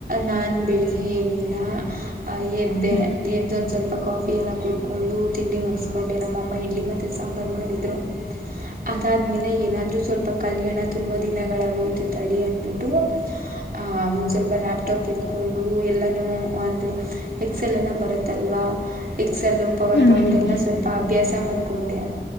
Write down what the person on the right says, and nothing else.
ನಾನು ಬೆಳಿಗ್ಗೆ ಏನಿಲ್ಲ. ಆ ಎದ್ದೆ
ಎದ್ದೊಂದ ಸ್ವಲ್ಪ ಕಾಫಿ ಎಲ್ಲ ಕುಡ್ಕೊಂಡು ತಿಂಡಿ ಮುಗಿಸಕೊಂಡೆ ನಮ್ ಮ್ಮಮ್ಮ ಇಡ್ಲಿ ಮತ್ತೆ ಸಾಂಬಾರ್ ಮಾಡಿದ್ರು. ಅದಾದ್ಮೇಲೆ ಏನಾದ್ರು ಸ್ವಲ್ಪ ಕಲಿಯಣ ತುಂಬಾ ದಿನಗಳಾಗೋಯ್ತು ತಡಿ ಅಂದಬಿಟ್ಟು. ಹ ಒಂದ ಸ್ವಲ್ಪ ನಾ ಲ್ಯಾಪ್ಟಾಪ್ <unintelligible> ಇದಕೊಂಡು ಎಲ್ಲನೂ ಅಂದರೆ ಎಕ್ಸೆಲ್ ಎಲ್ಲ ಬರುತ್ತಲ್ವಾ. ಎಕ್ಸೆಲ್ಲು ಪವರ್
ಪಾಯಿಂಟ್
ಎಲ್ಲ
ಸ್ವಲ್ಪ ಅಭ್ಯಾಸ ಮಾಡಕೊಂಡೆ